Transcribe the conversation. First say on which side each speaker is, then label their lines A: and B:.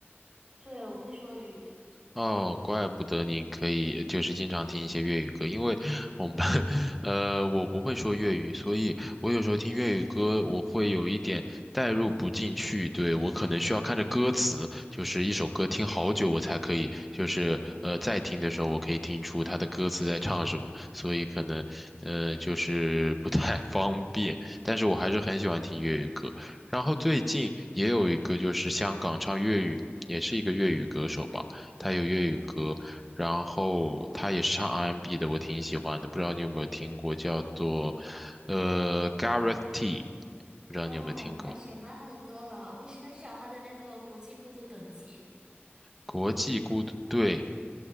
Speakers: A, on the right; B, in the centre.
A: 对，我会说粤语。
B: 哦，怪不得你可以就是经常听一些粤语歌，因为我们班，<laughs> 呃我不会说粤语，所以我有时候听粤语歌，我会有一点代入不进去，对，我可能需要看着歌词，就是一首歌听好久我才可以，就是呃在听的时候我可以听出他的歌词在唱什么，所以可能呃就是不太 <laughs> 方便，但是我还是很喜欢听粤语歌。然后最近也有一个就是香港唱粤语，也是一个粤语歌手吧。他有粤语歌，然后他也是唱 R&B 的，我挺喜欢的。不知道你有没有听过，叫做呃 Gareth T，不知道你有没有听过？
A: 哦，我蛮喜欢他的歌的，我是很喜欢他的那个《国际孤独等级》。
B: 国际孤独队，